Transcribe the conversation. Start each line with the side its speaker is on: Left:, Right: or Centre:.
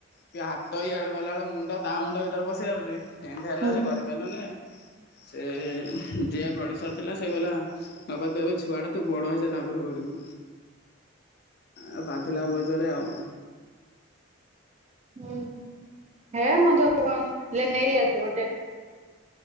Left: କି ହାତ ଇଆଡେ ଗଲାବେଳେ ମୁଣ୍ଡ ତା ମୁଣ୍ଡ ଭିତରେ ପଶି ଯାଉଛି ଏମିତି ହେଲା
Right: ହୁଁ
Left: ଯେ କରିପାରିଲୁନି ସେ ଯିଏ ପ୍ରଡ୍ୟୁସର ଥିଲା ସେ କହିଲା ବାପା ତୁ ଏବେ ଛୁଆଟା ତୁ ବଡ଼ ହୋଇଯା ତାପରେ କରିବୁ। ଆ ବାଧିଲା ବହେଜରେ ଆଉ।
Right: ହୁଁ ହେ ମଦ କଥାକହନା ନେଇ ଆସିବ ଟେନ୍